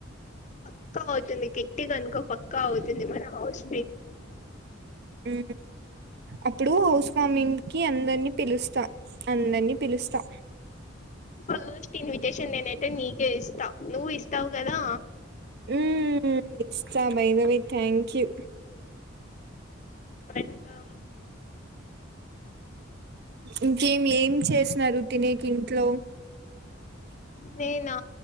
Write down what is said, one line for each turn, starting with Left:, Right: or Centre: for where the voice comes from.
Left: పక్కా అవుతుంది గట్టిగనుకో పక్కా అవుతుంది మన హౌస్
Right: ఉ అప్పుడు హౌస్ వామింగ్కి అందరినీ పిలుస్తా అందర్నీ పిలుస్తా
Left: ఫస్ట్ ఇన్విటేషన్ నేనైతే నీకే ఇస్తా నువ్వు ఇస్తావ్ కదా
Right: హ్మ్ ఇస్తా బైతెవే థ్యాంక్ యూ
Left: మరే ఇంకా
Right: ఇంకేమి ఏం చేసినారు తినేకి ఇంట్లో
Left: నేనా